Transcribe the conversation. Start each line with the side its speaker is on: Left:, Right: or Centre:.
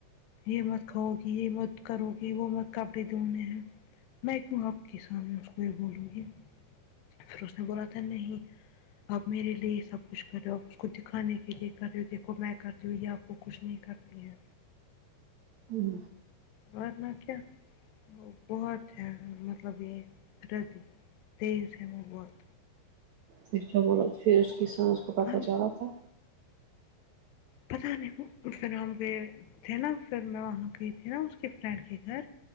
Left: یہ مت کھاؤ گی یہ مت کرو گی وہ مت کپڑے دھونے ہیں میں کیو آپ کے سامنے اس کو یہ بولوں گی پھر اس نے بولا تھا نہیں آپ میرے لیے سب کچھ کر رہے ہو آپ اس کو دکھانے کے لیے کر رہے ہو دیکھو میں کرتی ہوں یا آپ کو کچھ نہیں کرتی ہے
Right: ہم
Left: ورنہ کیا وہ بہت ہے مطلبی بےدردی تیز ہے وہ بہت
Right: پھر کیا بولا پھر اس کی ساس کو پتہ
Left: ہم
Right: چلا تھا
Left: پتاہ نہیں وہ پھر ہم گی تھے نا پھر میں وہاں گئی تھی نا اس کے فرینڈ کے گھر